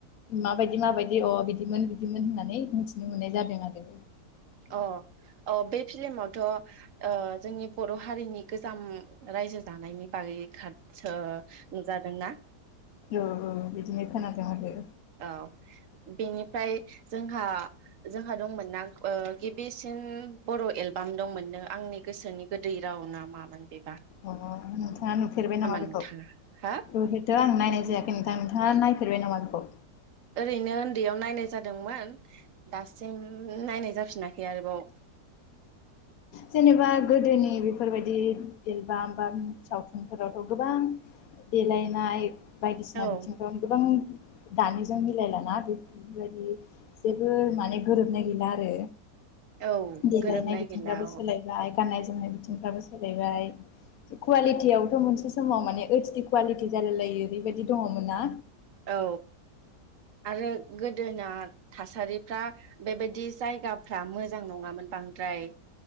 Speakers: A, on the left (about 70°); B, on the right (about 60°).
A: माबायदि माबायदि अ बिदिमोन बिदिमोन होननानै मिथिनो मोननाय जादों आरो
B: अ अ बे फिलमावथ ओ जोंनि बर हारिनि गोजाम रायजो जानायनि बागै खादसो ओ नुजादों ना?
A: औ औ बिदिनो खोनादों आरो
B: औ बेनिफ्राय जोंहा जोंहा दंमोन ना ओ गिबिसिन बर एलबाम दंमोननो आंनि गोसोनि गोदै राव ना मामोन बे
A: अ नोंथाङा नुफेरबाय नामा बेखौ
B: नोंथाङा हा
A: ओहोथआं नायनाय जायाखै नोंथां नोंथाङा नाय नुफेरबाय नामा बेखौ
B: ओरैनो उन्दैयाव नायनाय जादोंमोन दासिम नायनाय जाफिना बे आरोबाव
A: जेनेबा गोदोनि बेफोरबायदि एलबाम बा सावथुनफोरावथ गोबां देलायनाय बायदिसिना
B: औ
A: बिथिंफ्राव गोबां दानिजों मिलायलाना बेफोरबायदि जेबो माने गोरोबनाय गैला आरो
B: औ
A: देलायनाय
B: गोरोबनाय
A: बिथिंफ्राबो
B: गैला
A: सोलायबाय
B: औ
A: गाननाय जोमनाय बिथिंफ्राबो सोलायबाय कुवालिटियावथ मोनसे समाव माने ओइस डि कुवालिटि जालाय लायो ओरैबायदि दङमोनना
B: औ आरो गो दोना थासारिफ्रा बेबायदि जायगाफ्रा मोजां नङामोन बांद्राय